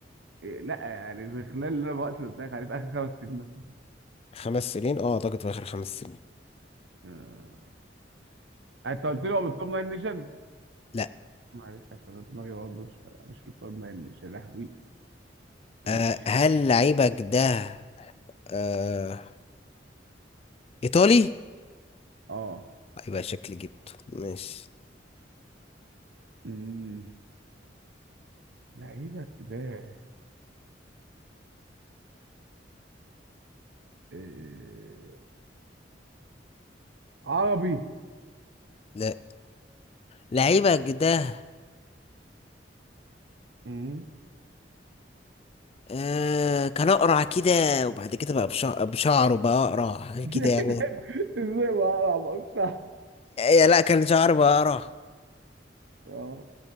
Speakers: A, on the right; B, on the left.
A: إيه، لا يعني في خلال الوقت اللي قلت لك عليه في اخر خمس سنين مثلا
B: خمس سنين اه اعتقد في اخر خمس سنين
A: آه، انت قلت لي هو من التوب 9 نيشن
B: لا
A: معلش عشان أنا دماغي برضه مش مش في التوب 9 نيشن يا لهوي ماشي
B: آه هل لعيبك ده آه إيطالي؟
A: اه
B: يبقى شكلي جبته ماشي
A: أمم، لعيبك ده آه، عربي
B: لا لعيبك
A: شيت.
B: ده
A: أمم.
B: آه كان أقرع كده وبعد كده بقى بشع... بشعره بقى أقرع حاجة
A: <laughs>
B: كده يعني
A: ازاي ما اعرفش
B: يا لا كان شعره بقى أقرع
A: اه